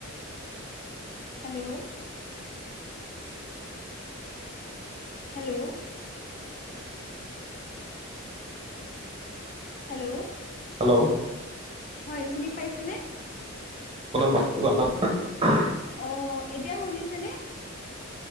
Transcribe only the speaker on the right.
hello
আপোনাৰ মাতটো অা <unintelligible>